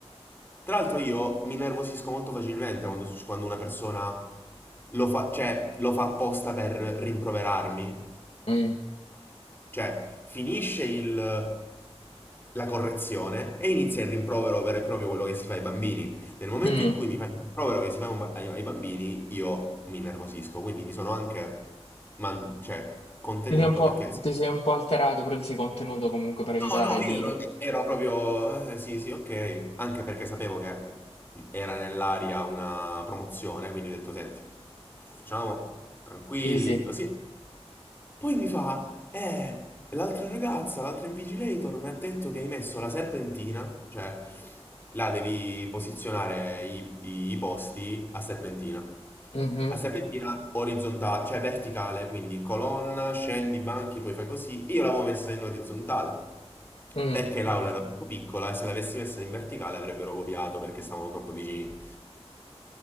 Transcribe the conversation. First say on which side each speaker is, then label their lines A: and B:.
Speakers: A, on the left; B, on the left.
A: Tra l'altro io mi nervosisco molto facilmente quando, suc- quando una persona lo fa, cioè, lo fa apposta per rimproverarmi.
B: mm,
A: Cioè, finisce il- la correzione e inizia il rimprovero vero e proprio quello che si fa ai bambini. Nel momento
B: mm.
A: in cui mi fa il rimprovero che si fa un ba- ai, ai bambini, io mi nervosisco. Quindi mi sono anche man- cioè, contenuto
B: Ti sei un po',
A: perché...
B: ti sei un po' alterato, però ti sei contenuto comunque per evitare
A: No, no, io
B: di...
A: ero, ero proprio... eh, sì, sì, ok. Anche perché sapevo che era nell'aria una promozione, quindi ho detto, senti, facciamo tranquilli,
B: Easy.
A: così. Poi mi fa, eh, l'altra ragazza, l'altra Invigilator mi ha detto che hai messo la serpentina, cioè là devi posizionare i, i- i posti a serpentina.
B: Mhm.
A: A serpentina orizzontale, cioè verticale, quindi colonna, scendi, banchi, poi fai così. Io l'avevo messa in orizzontale.
B: Mm.
A: Perché l'aula era troppo piccola e se l'avessi messa in verticale avrebbero copiato perché stavano troppo vicini.